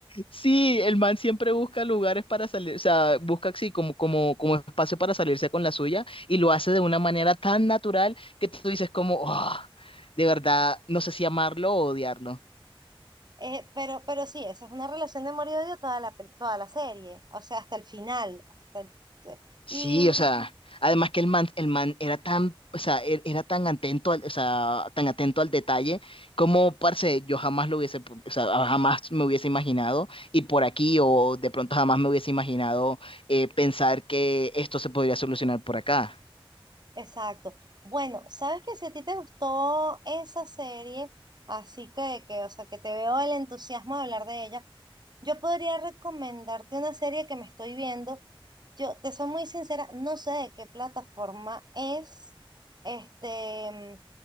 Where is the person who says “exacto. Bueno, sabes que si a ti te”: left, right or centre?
Right